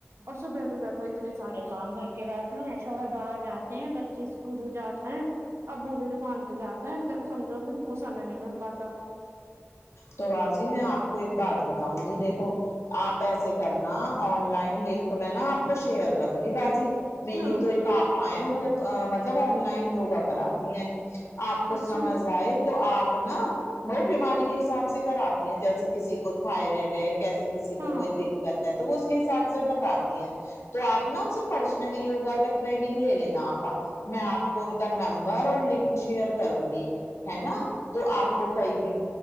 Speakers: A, on the right (about 70°); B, on the left (about 80°).
A: اور صبح صبح کو اتنے سارے کام گھر کے رہتے ہیں شوہر باہر جاتے ہیں بچے اسکول جاتے ہیں ابو بھی دکان پہ جاتے ہیں تو سمجو بالکل سمے نہیں مل پاتا
B: تو باجی میں آپ کو ایک بات بتاؤں گی دیکھو آپ ایسے کرنا آن لائن لنک میں نا آپ کو شیئر کروں گی باجی میری
A: ہاں
B: تو ایک آپ پا ہیں وہ مطلب آن لائن یوگا کراتی ہیں آپ کو
A: اچھا
B: سمجھ آئے تو آپ نا وہ
A: اچھا
B: بیماری کے حساب سے کراتی ہیں جیسے کسی کو تھائرائڈ ہے کیسے کسی کو
A: ہاں
B: کوئی دق قت ہے تو وہ اس کے حساب سے بتاتی ہیں تو آپ نا ان سے پرسنلی یوگا کا ٹرینگ لے لینا آپ میں آپ کو ان کا نمبر اور لنک شیئر کروں گی ہے نا تو آپ
A: ہاں
B: کو کئی بھی